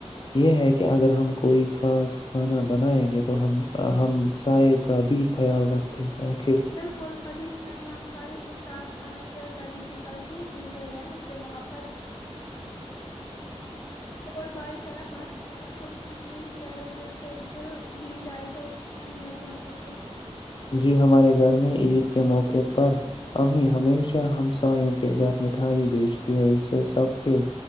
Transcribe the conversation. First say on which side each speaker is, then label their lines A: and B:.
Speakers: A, on the left; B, on the left.
A: یہ ہے کہ اگر ہم کوئی خاص کھانا بنائیں گے تو ہم ہم سائے کا بھی خیال رکھتے ہیں رکھے
B: بالکل حدیث میں بھی ہمساوں کے ساتھ کھانا شیئر کرنے کی تلقین کی گئی ہے اس سے محبت اور بھائی چارہ بڑھتا ہے چھوٹی سی چیز بھی اگر دل سے دل دی جائے تو اس کی اہمیت بہت ہوتی ہے
A: جی ہمارے گھر میں عید کے موقعے پر امی ہمیشہ ہمسایوں کے گھر مٹھائی بیچتی ہے اس سے سب کے